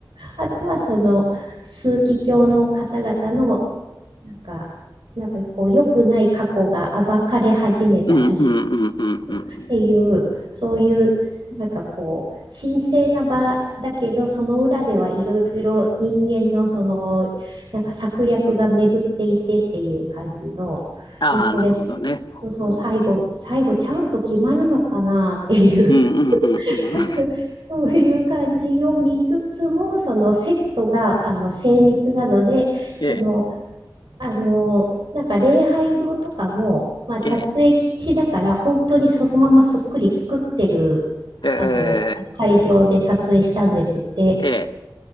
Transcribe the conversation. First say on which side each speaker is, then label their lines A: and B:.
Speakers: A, on the right; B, on the left.
A: あとはその、枢機卿の方々のなんか、なんかこう、良くない過去が暴かれ始めたり
B: うんうんうんうんうんうん。
A: っていう、そういう、なんかこう、神聖な場だけど、その裏ではいろいろ人間のその、なんか策略が巡っていてっていう感じの、
B: ああ、
A: え、これ、
B: なるほどね。
A: そうそう、最後、最後ちゃんと決まるのかなっていう
B: うんうんうんうん。
A: <laughs>
B: <laughs>
A: そういう感じを見つつも、そのセットがあの精密なので、その
B: ええ、
A: あの、なんか礼拝堂とかも、まあ、撮影禁止だから、
B: ええ、
A: 本当にそのままそっくり作ってる、
B: ええ、
A: あの、会場で撮影したんですって。
B: ええ、